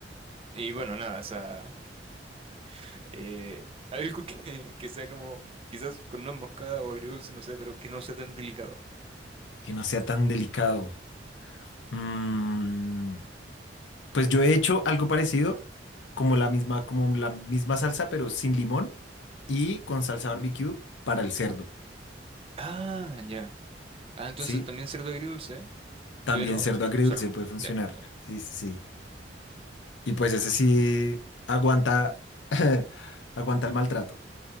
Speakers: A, on the right; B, on the left.
A: y bueno, nada, o sea, <laughs> eh, algo que, que sea como, quizás con nuez moscada o agridulce, no sé, pero que no sea tan delicado.
B: Que no sea tan delicado. Mm, Pues yo he hecho algo parecido, como la misma, como la misma salsa, pero sin limón y con salsa barbecue para el cerdo,
A: Ah, ya. Ah, entonces
B: ¿sí?
A: también cerdo agridulce,
B: También
A: pero
B: cerdo agridulce
A: cerdo.
B: puede funcionar,
A: Ya, ya.
B: sí, sí, sí. Y pues ese sí aguanta, <laughs> aguanta el maltrato.